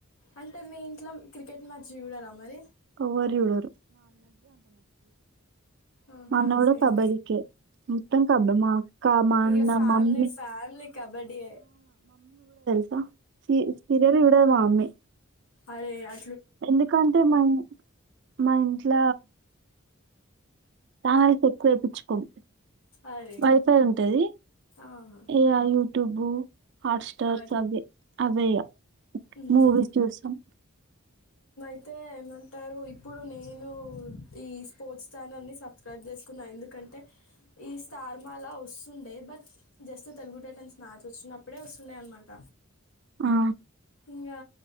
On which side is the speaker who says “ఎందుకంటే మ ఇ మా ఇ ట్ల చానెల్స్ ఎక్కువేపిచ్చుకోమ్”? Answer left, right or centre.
Right